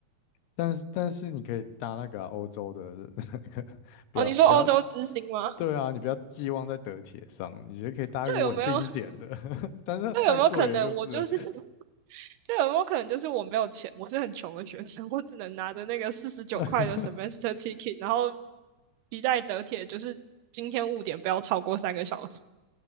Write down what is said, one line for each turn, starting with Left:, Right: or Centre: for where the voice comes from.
Left: 但是但是你可以搭那个啊欧洲的 <laughs> 那个，不要不要，
Right: 哦，你说欧洲之星吗？
Left: 对啊，你不要寄望在德铁上，你就可以搭一个稳定一点的，
Right: 就有没有
Left: <laughs> 但是太贵了，
Right: 那有没有可能我就是，
Left: 就是
Right: 那有没有可能就是我没有钱，我是很穷的学生，我只能拿着那个四十九块的
Left: 了
Right: semester ticket，然后期待得铁，就是今天误点不要超过三个小时。